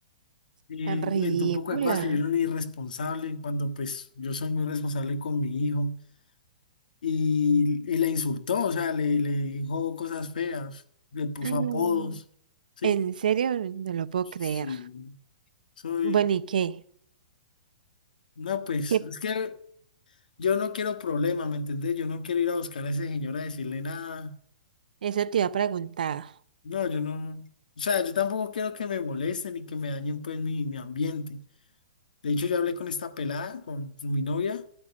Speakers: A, on the left; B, on the right.
A: Eh,
B: Tan ridícula.
A: inventé un poco de cosas que yo era un irresponsable, cuando pues yo soy muy responsable con mi hijo. Y, y la insultó, o sea, le, le dijo cosas feas, le puso
B: Mm.
A: apodos, ¿sí?
B: En serio, no lo puedo
A: Sí,
B: creer.
A: soy...
B: Bueno, ¿y qué?
A: No, pues,
B: ¿Qué?
A: es que Yo no quiero problema, ¿me entendés? Yo no quiero ir a buscar a ese señor a decirle nada.
B: Eso te iba a preguntar.
A: No, yo no. O sea, yo tampoco quiero que me molesten ni que me dañen pues mi, mi ambiente. De hecho, yo hablé con esta pelada, con mi novia,